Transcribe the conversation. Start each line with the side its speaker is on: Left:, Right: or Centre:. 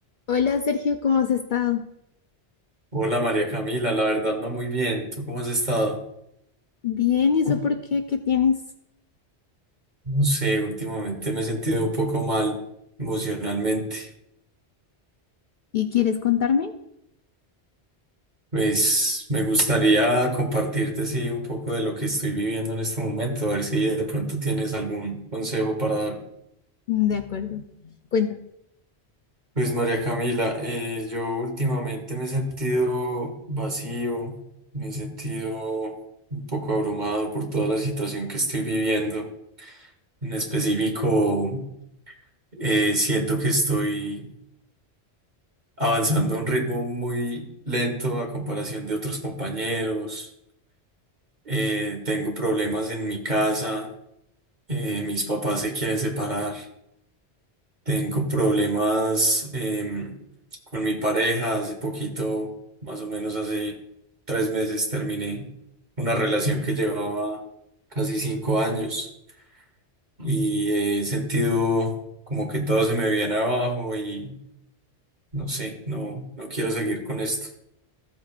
Left: Hola Sergio, ¿cómo has estado?
Right: Hola María Camila, la verdad no muy bien. ¿Tú cómo has estado?
Left: Bien, ¿y eso por qué? ¿Qué tienes?
Right: No sé, últimamente me he sentido un poco mal emocionalmente.
Left: ¿Y quieres contarme?
Right: Pues me gustaría compartirte sí un poco de lo que estoy viviendo en este momento, a ver si de pronto tienes algún consejo para darme.
Left: Mm, De acuerdo, cuenta.
Right: Pues María Camila, eh, yo últimamente me he sentido vacío, me he sentido un poco abrumado por toda la situación que estoy viviendo. En específico, eh, siento que estoy avanzando a un ritmo muy lento a comparación de otros compañeros. Eh, tengo problemas en mi casa, eh, mis papás se quieren separar. Tengo problemas em, con mi pareja. Hace poquito, más o menos hace tres meses, terminé una relación que llevaba casi cinco años y he sentido como que todo se me viene abajo y no sé, no, no quiero seguir con esto.